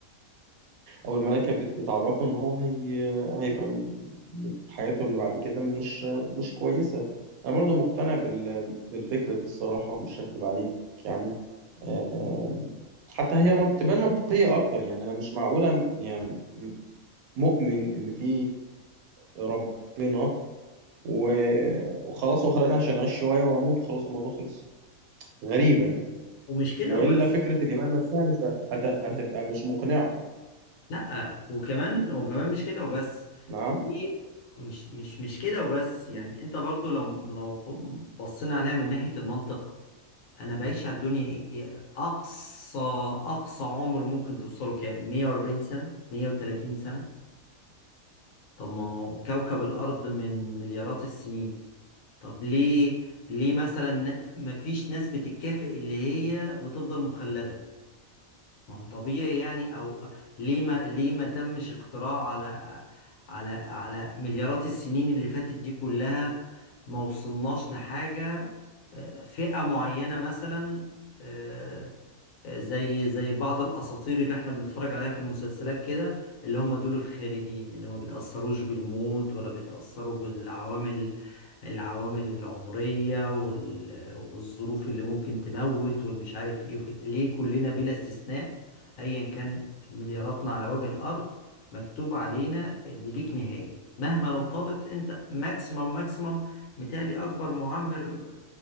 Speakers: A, on the right; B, on the left.
A: أو الملائكة بت... بتعرفه إن هو هي... هيبقى م... حياته اللي بعد كده مش مش كويسة أنا برضو مقتنع بال... بالفكرة دي الصراحة مش هكدب عليك يعني آم، حتى هي من- تبان منطقية أكتر يعني أنا مش معقولة يعني مؤمن إن في ربنا و- وخلاص هو خلقني عشان أعيش شوية وأموت وخلاص الموضوع خلص غريبة يعني
B: ومش كده
A: وإلا
B: وبس
A: فكرة الإيمان نفسها مش هت... هتبقى
B: انت
A: مش مقنعة
B: لا وكمان وكمان مش كده وبس
A: نعم
B: في مش مش مش كده وبس
A: مم.
B: يعني انت برضو لو لو بصينا عليها من ناحية المنطق انا بعيش على الدنيا إيه- إيه، اقصى اقصى عمر ممكن توصله كام 140 سنة 130 سنة طب ما هو كوكب الارض من مليارات السنين طب ليه ليه مثلا ما فيش ناس بتتكافئ اللي هي بتفضل مخلدة ما هو طبيعي يعني او ليه ما ليه ما تمش اختراع على على على مليارات السنين اللي فاتت دي كلها ما وصلناش لحاجة آه، فئة معينة مثلا آه، آه، زي زي بعض الاساطير اللي احنا بنتفرج عليها في المسلسلات كده اللي هم دول الخالدين اللي ما بيتأثروش بالموت ولا بيتأثروا بالعوامل العوامل العمرية وال- والظروف اللي ممكن تموت والمش عارف ايه وكده ليه كلنا بلا استثناء ايا كان ملياراتنا على وجه الارض مكتوب علينا اللي ليك نهاية مهما لو طالت انت ماكسيمم ماكسيمم متهيألي اكبر معمر